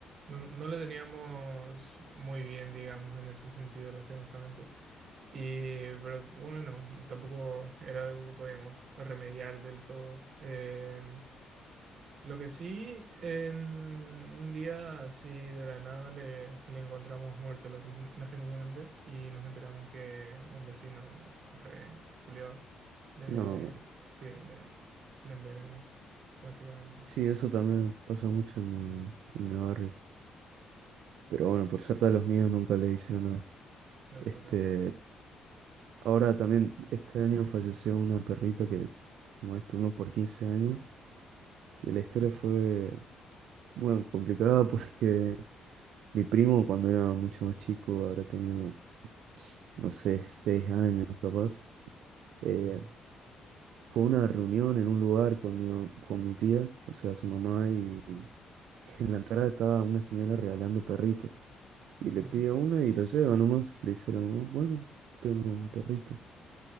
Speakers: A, on the right; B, on the right.
A: no, no le teníamos muy bien, digamos, en ese sentido, lastimosamente. Y, pero bueno, no, tampoco era algo que podíamos remediar del todo. Em, lo que sí, en un día así de la nada le, le encontramos muerto lastim- lastimosamente y nos enteramos que un vecino re culiao le,
B: No.
A: sí, le, le envenenó, básicamente.
B: Sí, eso también pasa mucho en mi, en mi barrio. Pero
A: No,
B: bueno, por suerte a los míos nunca le hicieron nada.
A: Locura.
B: Este, ahora también, este año falleció una perrita que como estuvimos por 15 años, que la historia fue, bueno, complicada <laughs> porque mi primo cuando era mucho más chico, habrá tenido, no sé, 6 años capaz, eh, Fue una reunión en un lugar con mi, ma- con mi tía, o sea, su mamá, y <laughs> en la entrada estaba una señora regalando perritos. Y le
A: Ujú,
B: pido uno y lo lleva nomás. Le dice a la mamá, bueno, tengo un perrito.